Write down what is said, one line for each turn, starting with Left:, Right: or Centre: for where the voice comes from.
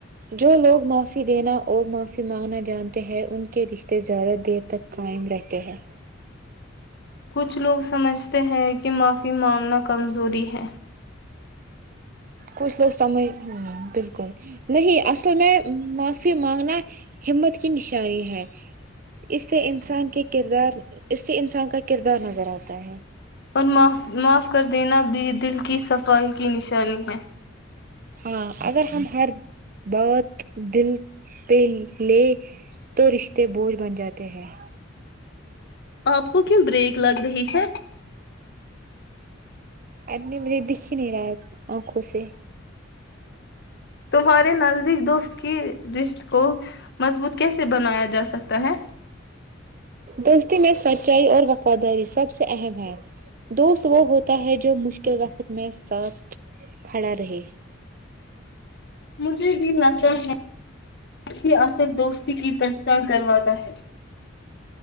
Right: جو لوگ معافی دینا اور معافی مانگنا جانتے ہیں ان کے رشتے زیادہ دیر تک قائم رہتے ہیں
Left: کچھ لوگ سمجھتے ہیں کہ معافی مانگنا کمزوری ہے
Right: کچھ لوگ سمجھنا ہبالکل نہیں تو میں معافی مانگنا ہمت کی نشانی ہے اس سے انسان کے کردار اس سے انسان کا کردار نظر آتا ہے
Left: اور معاف معاف کر دینا بھی دل کی صفائی کی نشانی ہے
Right: ہاں اگر ہم ہر بات دل پہ لے تو رشتے بوجھ بن جاتے ہیں
Left: آپ کو کیوں بریک لگ رہی ہے
Right: آدمی مجھے دکھ ہی نہیں رہا ہے آنکھوں سے
Left: تمہارے نزدیک دوست کی رشت کو مضبوط کیسے بنایا جا سکتا <inaudible>
Right: دوستی میں سچائی اور وفاداری سب سے اہم ہے دوست وہ ہوتا ہے جو مش تو وقت میں ساتھ کھڑا رہے
Left: مجھے بھی لگتا ہے اصل دوستی کی پہچان کرواتا ہے